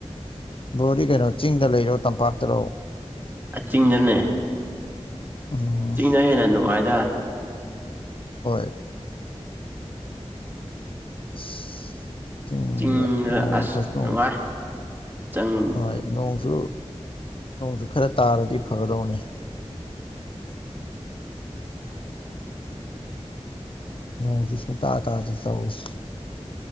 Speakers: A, on the left; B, on the right.
A: ꯕ꯭ꯔꯣꯗꯤ ꯀꯩꯅꯣ ꯆꯤꯡꯗ ꯂꯩꯔꯣ ꯇꯝꯄꯥꯛꯇꯔꯣ
B: ꯑꯆꯤꯡꯗꯅꯦ
A: ꯎꯝ
B: ꯆꯤꯡꯅ ꯍꯦꯟꯅ ꯅꯨꯡꯉꯥꯏꯗ
A: ꯍꯣꯏ ꯑꯁ ꯆꯤꯡ
B: ꯆꯤꯡꯗ
A: ꯅꯣꯡ
B: ꯑꯁ
A: ꯈꯔꯁꯣꯡ
B: ꯅꯨꯡꯉꯥꯏ ꯆꯪ
A: ꯍꯣꯏ ꯅꯣꯡꯁꯨ ꯅꯣꯡꯁꯨ ꯈꯔ ꯇꯥꯔꯗꯤ ꯐꯒꯗꯧꯅꯦ ꯅꯣꯡꯁꯤ ꯁꯨꯡꯇꯥꯥ ꯇꯥꯗ ꯇꯧꯋꯁꯤ